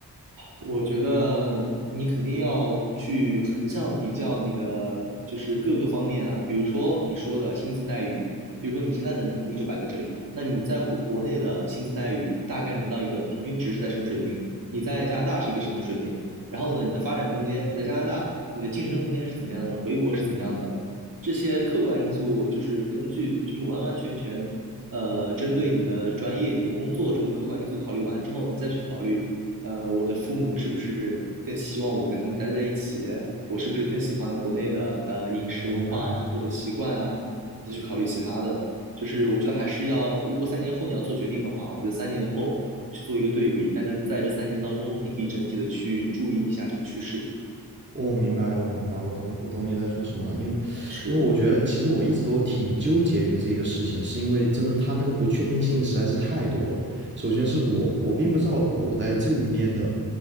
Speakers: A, on the right; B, on the right.
A: 我觉得你肯定要去横向比较你的，就是各个方面啊，比如说你说的薪资待遇，比如说你现在的能力就摆在这里，那你在国国内的薪资待遇大概能到一个平均值是在什么水平？你在加拿大是一个什么水平？然后呢，你的发展空间，你在加拿大你的晋升空间是怎么样的？回国是怎么样的？这些客观因素就是根据，就是完完全全。呃，针对你的专业、你的工作这种客观因素考虑完之后，你再去考虑呃，我的父母是不是更希望我跟他们待在一起？我是不是更喜欢国内的呃饮食文化啊，
B: 我明白。
A: 或者习惯啊？你再去考虑其他的。就是我觉得还是要，如果三年后你要做决定的话，我觉得三年后去做一个对比，但是在这三年当中，你可以整体的去注意一下这个趋势。
B: 我明白，我明白，我懂你，我懂你在说什么了。因为，
A: 是，
B: 因为我觉得其实我一直都挺纠结于这个事情的，是因为真的他那个不确定性实在是太多了。首先是我，我并不知道我在这一边的，